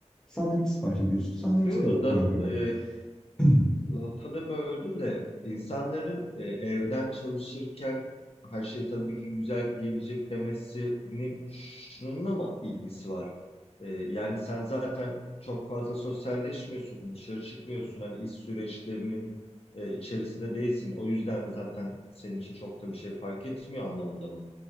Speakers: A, in the centre; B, on the left (about 55°).
A: Sandviç sipariş ediyorsun, sandviçi
B: Şu
A: de o
B: da
A: yapıyor.
B: e,
A: <clears throat>
B: lafını böldüm de insanların e, evden çalışırken her şey tabii ki güzel gelecek demesinin şununla mı ilgisi var? E, yani sen zaten çok fazla sosyalleşmiyorsun, dışarı çıkmıyorsun. Hani iş süreçlerinin e, içerisinde değilsin. O yüzden zaten senin için çok da bir şey fark etmiyor anlamında mı?